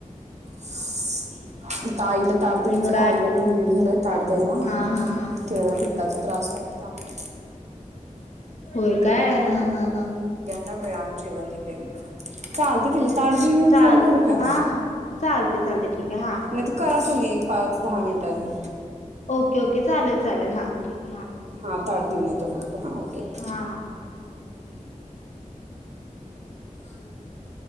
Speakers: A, on the right; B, on the left.
A: स्स्स आईला ताट द्यायचंय
B: मग काय
A: आहे. आईला पण लेट झालाय ताट द्यायला.
B: हा हा हा
A: तेिला जरा पिट पित्ताचा त्रास व्हायलाय त्यामुळे
B: होय काय हा हा हा.
A: मग वेळाने जेवण दिलंय. चालत तिला ताट देऊन येऊन
B: चाल
A: फोन करू काय?
B: हा हा चालते चालते ठीक आहे हा.
A: नाहीतर करा तुम्ही एक पाच दहा मिनटांनी
B: ओके ओके चालेल चालेल हा ठीक आहे हा.
A: हा ताट देऊन येतो फक्त हा ओके.
B: हा हा. <inaudible>